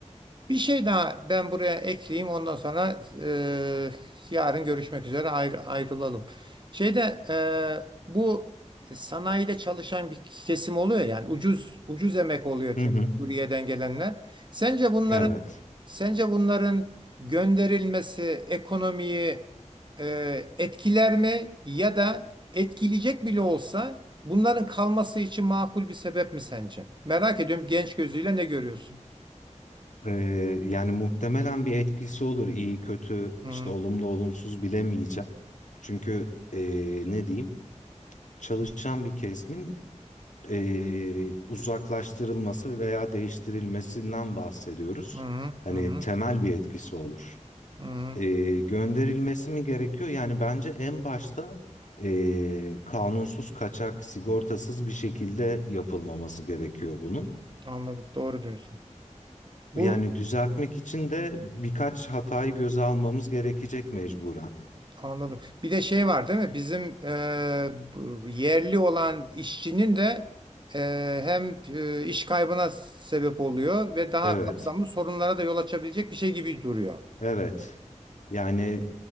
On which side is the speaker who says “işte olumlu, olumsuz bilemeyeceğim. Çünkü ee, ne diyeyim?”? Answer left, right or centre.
Left